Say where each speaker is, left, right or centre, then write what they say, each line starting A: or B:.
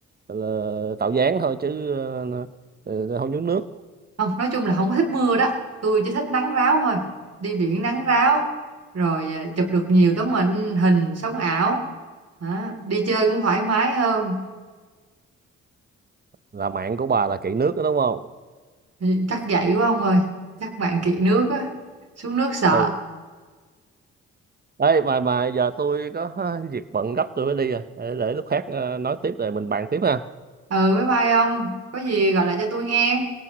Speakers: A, on the right (about 30°); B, on the right (about 50°).
A: là tạo dáng thôi chứ ờ, ờ, không nhúng nước
B: Không, nói chung là không có thích mưa đó. Tôi chỉ thích nắng ráo thôi. Đi biển nắng ráo rồi ờ, chụp được nhiều tấm hình hình sống ảo. Đó, đi chơi cũng thoải mái hơn.
A: là mạng của bà là kỹ nước đó đúng không
B: Thì Chắc vậy quá ông ơi Chắc bạn kỵ nước á Xuống nước sợ
A: ừ Ê mà mà giờ tôi có <laughs> việc bận gấp tôi phải đi rồi để, để lúc khác ờ, nói tiếp rồi mình bàn tiếp ha
B: Ừ bye bye ông Có gì gọi lại cho tôi nghe